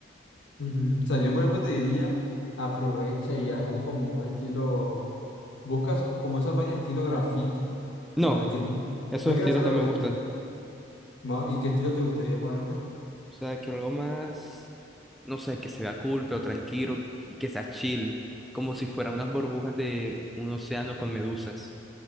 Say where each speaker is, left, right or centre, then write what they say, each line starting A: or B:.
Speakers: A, on the left; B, in the centre.
A: Ujú. O sea, yo por ejemplo te diría, aprovecha y haz algo como un estilo, busca so- como esas vainas de estilo graffiti,
B: No,
A: no, de que, no
B: esos
A: quieres
B: estilos
A: hacer
B: no
A: algo
B: me
A: así.
B: gustan.
A: Ma- ¿Y qué estilo te gustaría ponerte?
B: O sea, que algo más, no sé, que se vea cool, pero tranquilo y que sea chill, como si fueran unas burbujas de un océano con medusas,